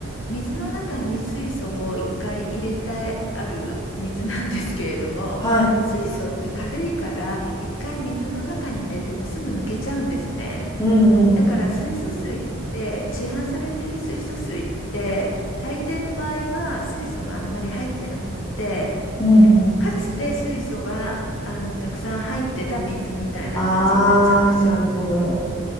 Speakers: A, on the left; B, on the left.
A: 水の中に水素を一回入れてある水なんですけれども、
B: はい。
A: 水素って軽いから一回水の中に入れてもすぐ抜けちゃうんですね。
B: うんうんうん。
A: だから水素水って市販されてる水素水って大抵の場合は水素があんまり入ってなくって
B: うんうん。
A: かつて水素があのたくさん入ってた水みたいな感じになっちゃうんですよ。
B: あー、なるほど。